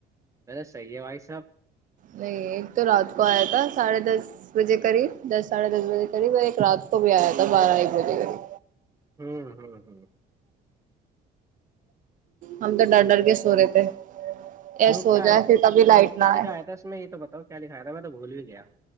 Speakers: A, on the right (about 20°); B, on the right (about 50°).
A: میں صحیح ہے بھائی صاحب
B: نہیں ایک تو رات کو آیا تھا ساڑھے دس بجے قریب دس ساڑھے دس بجے قریب اور ایک رات کو بھی آیا تھا بارہ ایک بجے قریب
A: ہوں ہوں ہوں
B: ہم تو ڈر ڈر کے سو رہے تھے
A: کیوں
B: ایسو
A: کیا
B: جائے
A: ہے
B: پھر کبھی
A: کیا
B: لائٹ
A: کیا
B: نہ
A: لکھایا
B: آئے
A: تھا اس میں یہ تو بتاؤ کیا لکھایا تھا میں تو بھول بھی گیا